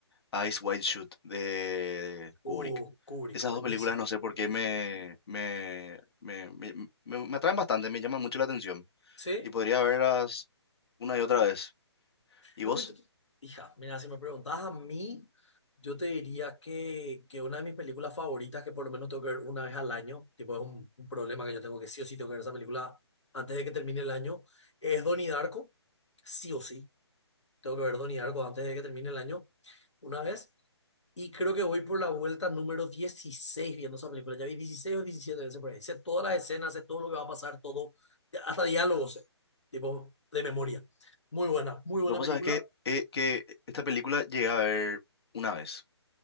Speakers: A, on the left; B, on the left.
A: Eyes Wide Shut de Kubrick.
B: Uh, Kubrick,
A: Esas
B: buenísimo.
A: dos películas no sé por qué me, me, me, me, me- me atraen bastante, me llaman mucho la atención
B: ¿Sí?
A: y podría verlas una y otra vez. ¿Y
B: Es
A: vos?
B: muy inter- Hija, mira, si me preguntas a mí, yo te diría que, que una de mis películas favoritas, que por lo menos tengo que ver una vez al año, tipo, es un, un problema que yo tengo que sí o sí tengo que ver esa película antes de que termine el año, es Donnie Darko, sí o sí. Tengo que ver Donnie Darko antes de que termine el año, una vez. Y creo que voy por la vuelta número 16 viendo esa película. Ya vi 16 o 17 veces por ahí. Sé todas las escenas, sé todo lo que va a pasar, todo, hasta diálogos, sé. tipo, de memoria. Muy buena, muy buena
A: Yo vos
B: película.
A: sabés que, eh, que esta película llegué a ver una vez,